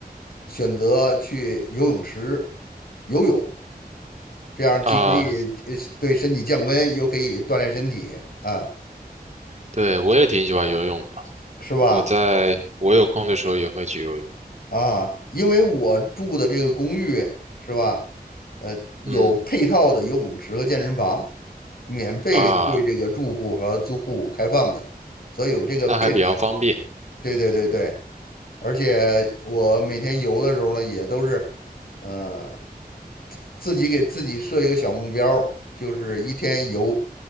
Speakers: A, on the left (about 65°); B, on the right (about 45°).
A: 选择去游泳池游泳，这样既可以呃对身体降温，
B: 啊，
A: 又可以锻炼身体，啊，
B: 对我也挺喜欢游泳的。
A: 是吧？
B: 我在我有空的时候也会去游泳。
A: 啊，因为我住的这个公寓是吧，呃，有配套的游泳池和健身房，
B: 嗯
A: 免费对这个住户和租户开放的，
B: 啊，
A: 所以有这个便利。
B: 那还比较方便。
A: 对对对对，而且我每天游的时候呢，也都是，呃，自己给自己设一个小目标儿就是一天游